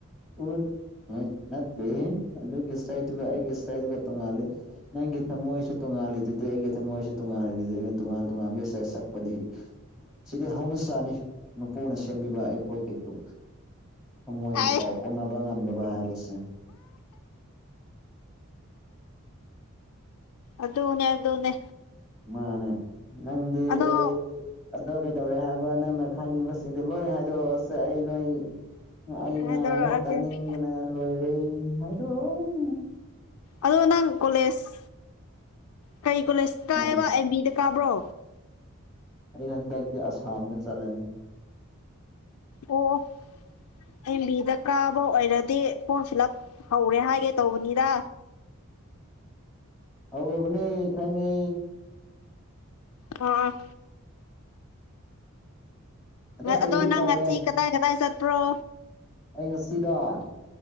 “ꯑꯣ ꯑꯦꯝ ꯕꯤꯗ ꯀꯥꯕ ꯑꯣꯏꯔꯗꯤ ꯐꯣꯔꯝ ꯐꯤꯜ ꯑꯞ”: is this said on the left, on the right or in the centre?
Left